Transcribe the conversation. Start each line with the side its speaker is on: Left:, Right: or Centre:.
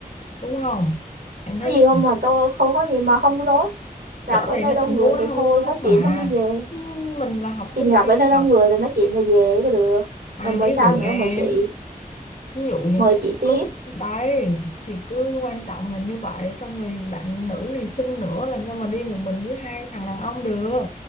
Left: đúng không? Em
Right: Có
Left: thấy
Right: gì
Left: cái
Right: không mà tôi không có gì mà không có tốt. Gặp
Left: rõ
Right: ở
Left: ràng
Right: nơi
Left: cái
Right: đông
Left: tình
Right: người
Left: huống nó
Right: thì
Left: không
Right: thôi
Left: tốt
Right: nói chuyện
Left: mà.
Right: xong đi về.
Left: Nhưng mình là học sinh
Right: Thì gặp
Left: đi
Right: ở nơi đông
Left: học,
Right: người rồi nói chuyện là về có được.
Left: ai
Right: Rồi mời
Left: biết
Right: sao
Left: được
Right: nữa
Left: em.
Right: mời chị,
Left: ví dụ như
Right: mời
Left: trong
Right: chị tiếp.
Left: lúc đấy thì cứ quan trọng là như vậy xong rồi bạn nữ này xinh nữa làm sao mà đi một mình với hai thằng đàn ông được